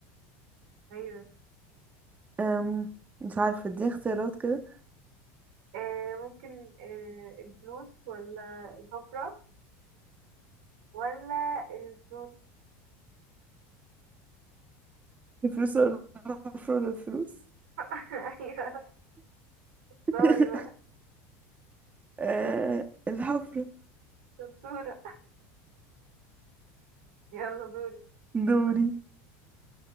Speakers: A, on the right; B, on the right.
A: ايوه
B: أم مش عارفه دي اختيارات كده
A: آه ممكن آه الفلوس ولا الحفرة ولا الفلوس
B: الفلوس ولا الحفره ولا الفلوس
A: <laughs> ايوه دوري
B: <laughs>
A: بقى
B: أه الحفره
A: دكتورة يلا دوري
B: دوري